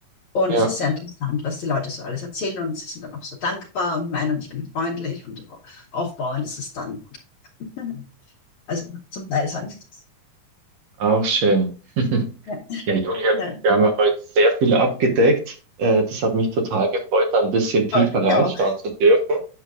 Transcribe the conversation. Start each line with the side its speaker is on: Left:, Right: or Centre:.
Left: Und
Right: Ja,
Left: es ist sehr interessant, was die Leute so alles erzählen und sie sind dann auch so dankbar und meinen, ich bin freundlich und so aufbauend ist es dann. <laughs> Also zum Teil sagen sie das.
Right: auch schön. <laughs>
Left: Ja,
Right: Ja, Julia,
Left: ja,
Right: wir haben ja heute sehr viel abgedeckt. Äh, Das hat mich total gefreut, da ein bisschen tiefer
Left: freut mich
Right: reinschauen
Left: auch.
Right: zu dürfen.